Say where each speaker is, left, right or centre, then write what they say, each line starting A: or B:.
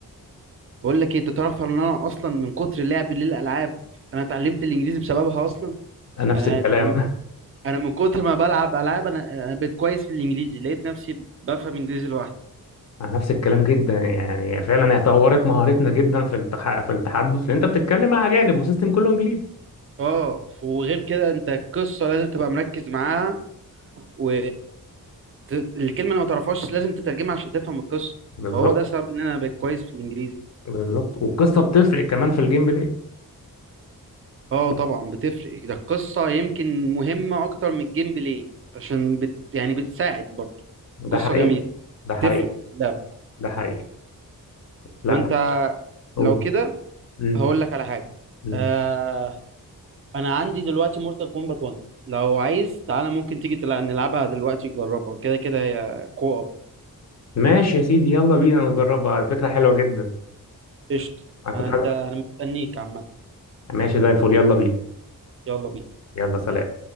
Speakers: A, on the right (about 40°); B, on the left (about 50°).
A: بقول لك ايه انت تعرف ان انا اصلا من كتر لعبي للالعاب انا اتعلمت الانجليزي بسببها اصلا
B: نفس
A: يعني
B: الكلام
A: انا من انا من كتر ما بلعب العاب انا انا بقيت كويس في الانجليزي لقيت نفسي بفهم انجليزي لوحدي
B: <laughs> نفس الكلام جدا يعني فعلا هي طورت مهارتنا جدا في التح... في التحدث لان انت بتتكلم مع اجانب وسيستم كله انجليزي
A: اه وغير كده انت القصه لازم تبقى مركز معاها و ت- الكلمه اللي ما تعرفهاش لازم تترجمها عشان تفهم القصه
B: بالظبط
A: فهو ده سبب ان انا بقيت كويس في الانجليزي
B: بالظبط والقصه بتفرق كمان في الجيم بلاي
A: اه طبعا بتفرق ده القصة يمكن مهمة أكتر من الجيم بلاي عشان بت يعني بتساعد برضه
B: ده
A: قصة
B: حقيقي
A: جميلة
B: ده
A: بتفرق
B: حقيقي
A: في اللعب
B: ده حقيقي لا
A: وأنت
B: قول
A: لو كده
B: مم.
A: هقول لك على حاجة
B: مم.
A: آه أنا عندي دلوقتي مورتال كومبات 1 لو عايز تعالى ممكن تيجي تلع- نلعبها دلوقتي نجربها كده كده يا كو أب
B: ماشي يا سيدي يلا بينا نجربها على فكرة حلوة جدا
A: قشطة
B: انا كنت
A: آه، أنت
B: عايز
A: أنا مستنيك عامة
B: ماشي زي الفل يلا بينا
A: يلا بينا
B: يلا سلام